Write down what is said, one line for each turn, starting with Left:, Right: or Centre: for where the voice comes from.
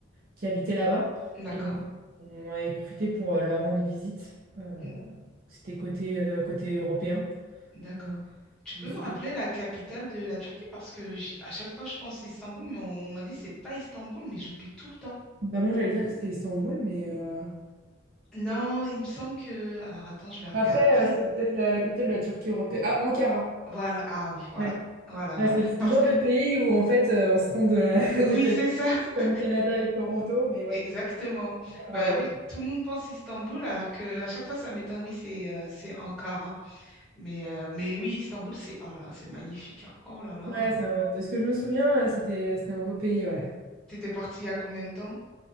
Right: qui habitaient là-bas.
Centre: D'accord.
Right: Et donc, on avait profité pour euh, leur rendre visite. Euh,
Centre: Mm,
Right: c'était côté, euh, côté européen.
Centre: D'accord.
Right: Euh,
Centre: Tu peux
Right: c'était-
Centre: me rappeler la capitale de la Turquie parce que j- à chaque fois je pense Istanbul, mais on, m'a dit c'est pas Istanbul, mais j'oublie tout le temps.
Right: bah, moi, j'allais dire que c'était Istanbul, mais... euh,
Centre: Non, il me semble que. Alors attends, je vais regarder.
Right: Après, euh, c'est peut-être la, la capitale de la Turquie européenne. Ah, Ankara.
Centre: Voilà. Ah oui, voilà.
Right: Ouais.
Centre: Voilà,
Right: Ouais,
Centre: voilà.
Right: c'est c'est
Centre: Parce
Right: le genre
Centre: que
Right: de pays où, en fait, euh, on se trompe de, <laughs>
Centre: oui,
Right: de capitale,
Centre: c'est ça. <laughs>
Right: comme Canada et Toronto, mais ouais.
Centre: Exactement.
Right: Ankara,
Centre: Ben
Right: ouais.
Centre: oui, tout le monde pense Istanbul alors que à chaque fois ça m'étonne. Oui, c'est euh, c'est Ankara. Mais, euh, mais oui, Istanbul, c'est oh là, c'est magnifique. hein. Oh là là.
Right: Ouais, c'est un- de ce que je me souviens, euh, c'était, c'était un beau pays, ouais.
Centre: T'étais parti il y a combien de temps?